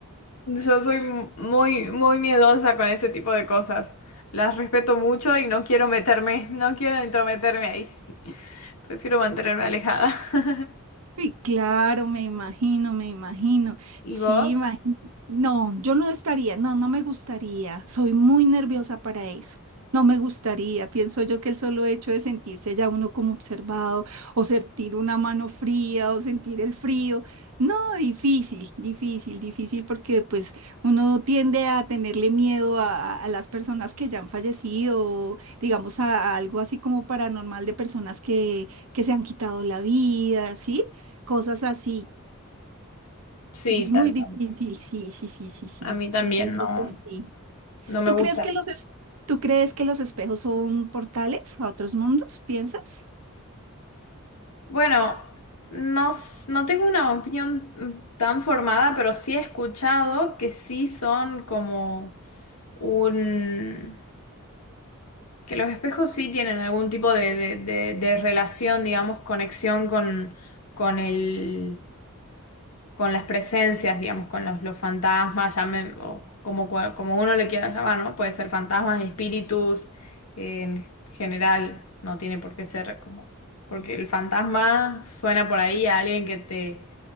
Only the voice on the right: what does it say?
Y claro, me imagino, me imagino.
Sí,
imagino. No, yo no estaría, no, no me gustaría. Soy muy nerviosa para eso. No me gustaría. Pienso yo que el solo hecho de sentirse ya uno como observado, o sentir una mano fría, o sentir el frío. No, difícil, difícil, difícil, porque pues uno tiende a tenerle miedo a, a- a las personas que ya han fallecido, o, digamos a a algo así como paranormal de personas que, que se han quitado la vida, ¿sí? cosas así.
Es muy
difícil, sí, sí, sí, sí, sí.
Yo pienso
que sí.
¿Tú
crees que los es- tú crees que los espejos son portales a otros mundos? ¿Piensas?